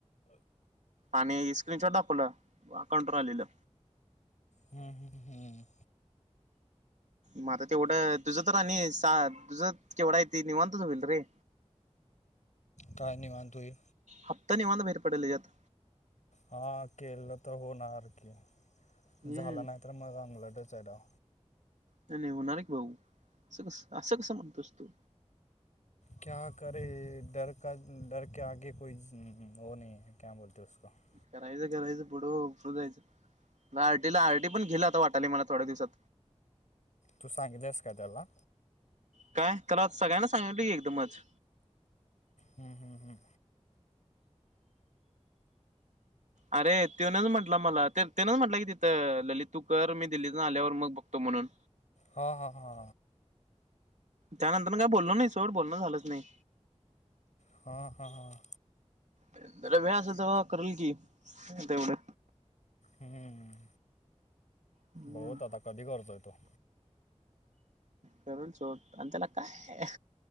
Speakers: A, on the right; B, on the left.
A: आणि स्क्रीन शॉट दाखवला, अकाउंट वर आलेलं.
B: हम्म हम्म हम्म.
A: मग आता तेवढं तुझं तर, आणि सा तुझं केवढ आहे ते निवांतच होईल रे.
B: काय निवांत होईल.
A: हप्ता निवांत बाहेर पडेल यात.
B: हा केलं तर होणार की,
A: हम्म
B: झालं नाही तर मग अंगलटच आहे डाव.
A: ते लिहोणार की भाऊ असं कसं, असं कसं म्हणतोस तु.
B: क्या करे डर के आगे कोई वो नही क्या बोलते उसको. <unintelligible>
A: करायचं करायचं पुढं पुढं जायचं, आरटीला आरटी पण घेलं आस वाटाल मला थोड्या दिवसांत.
B: तू सांगिल्यास काय त्याला.
A: काय त्याला सगळ्यांना सांगितलोय की एकदमच.
B: हम हम हम.
A: अरे तेनच म्हटला मला तेनंच म्हटलं की तिथं, ललित तू कर मी दिल्लीतून आल्यावर मग बघतो म्हणून.
B: हा हा हा.
A: त्यानंतर काय बोलण नाही सोड, बोलणं झालंच नाही.
B: हां हां हां.
A: त्यांला वेळ असलं तवा, करल की तेवढं.
B: हम्म.
A: हम्म
B: बघ आता, कधी करतोय तो.
A: करूल सोड, आणि त्याला काय.